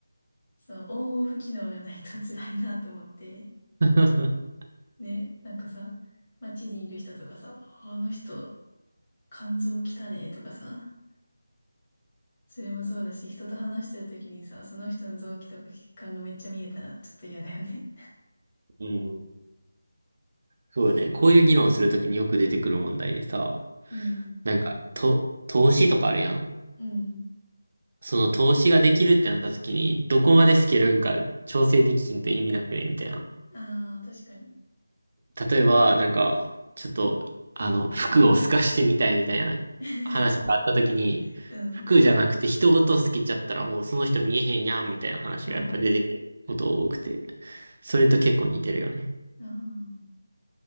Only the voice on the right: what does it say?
<laughs>
うん。そうね。こういう議論するときによく出てくる問題でさ、
なんか、と、投資とかあるやん。
その投資ができるってなったときに、どこまでスケるんか調整できひんと意味なくね、みたいな。
例えば、なんか、ちょっと、あの、服を透かしてみたいみたいな話があったときに、
服じゃなくて人ごと透けちゃったらもうその人見えへんやんみたいな話がやっぱ出てくること多くて、
それと結構似てるよね。